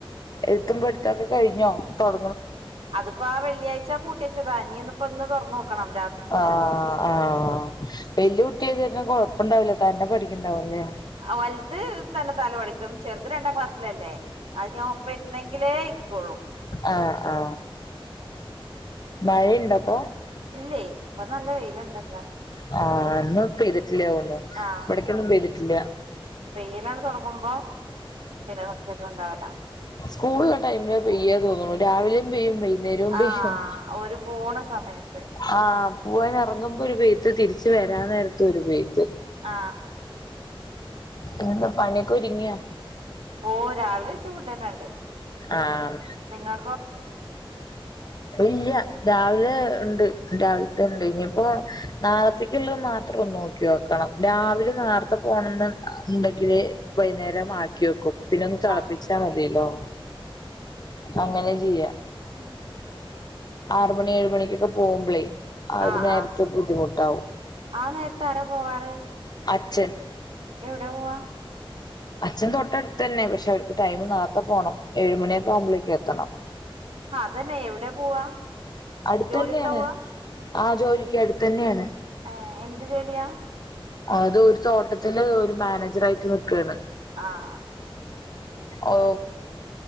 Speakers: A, on the left (about 45°); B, on the right (about 85°).
A: എഴുത്തുമ്പടുത്തൊക്കെ കഴിഞ്ഞോ തൊട
B: അത്പ്പോ ആ വെള്ളിഴ്ച പൂട്ടിച്ചത ഇഞ്ഞിന്ന് ഇപ്പ ഇന്ന് തൊർ ന്നൊക്കണം
A: ആ ആ വല്ല്യ കുട്ടിയായത്കാരണം കൊഴപ്പുണ്ടാവുല തന്നെ പഠിക്ക് ണ്ടാവല്ലേ
B: അ വൽത് തന്നെ താല പഠിക്കും ഇത് രണ്ടാം ക്ലാസ്സിലല്ലേ അയ് ഞാൻ ഒപ്പ ഇര്ന്നെങ്കിലേ ഇരിക്കൊള്ളൂ
A: ആ ആ മഴയുണ്ടപ്പോ
B: ഇല്ലേ ഇപ്പ നല്ല വെയില് ഇണ്ട്ന്ന്
A: ആ ഇന്നു പെയ്തിട്ടില്ലോണു
B: ആഹ്
A: ഇവിട് ക്കൊന്നും പെയ്തിട്ടില്ല
B: പെയ്യലാണ് തൊടങ്ങുമ്പ പിന്നെ നിക്കലുണ്ടാവൂല
A: സ്കൂൾ ഇള്ള ടൈം ലാ പെയ്യ തോന്നുണു രാവിലെയും പെയ്യും വൈ ന്നേരവും പെയ്യും
B: ആഹ് ഓര് പോണ സമയത്ത്
A: ആ പോവാൻ ഇറങ്ങുമ്പോ ഒരു പെയ്ത്ത് തിരിച്ച് വരാൻ നേരത്ത് ഒരു പെയ്ത്ത്
B: ആ
A: പിന്നെ എന്താ പണിയൊക്കെ ഒ രുങ്ങിയോ
B: ഓ രാവിലെ <unintelligible>
A: ആഹ്
B: നിങ്ങൾ
A: ഇല്ല രാവിലെ ഇണ്ട് രാവിലെതന്നെ കഴിഞ്ഞ് ഇനിയിപ്പോ നാളത്തേക്ക്ള്ള മാത്രം ഒന്ന് നോക്കി വെക്കണം രാവിലെ നേർത്തെ പോണംന്ന് ഇണ്ടെങ്കില് വൈന്നേരം ആക്കി വെക്കും പിന്നെ ഒന്ന് തെളാപ്പിച്ചാ
B: ആഹ്
A: മതിയല്ലോ അങ്ങനെ ചെയ്യാ
B: ഉം ഉം
A: ആറ് മണി ഏഴ് മണിക്കൊക്കെ പോകുവമ്പളേ ആ ഒര്
B: ആഹ്
A: നേരത്തെ
B: ആഹ്
A: ബുദ്ധിമുട്ടാവും
B: ആ നേരത്ത് ആരാ പോവാറ്
A: അച്ഛൻ
B: എവടെയാ പോവാ
A: അച്ഛൻ തൊട്ടടുത്ത് തന്നെ പശെ അവരക്ക് ടൈം നോർത്തേ പോണം ഏഴ്മണി മ്പാളേക്കും എത്തേണം
B: അതയെന്നെ എവടെയാ പോവാ
A: അട്ത്ത്
B: ജോലിക്കാ
A: അന്നെയാണ്
B: പോവാ
A: ആ ജോലിക്ക് അട്ത്ത് അന്നെയാണ്
B: യെ എന്ത് ജോലിയാ
A: അത് ഒര് തോട്ടത്തില് ഒര് മാനേജർ ആയിട്ട് നിക്കാണ്
B: ആാ
A: ഓ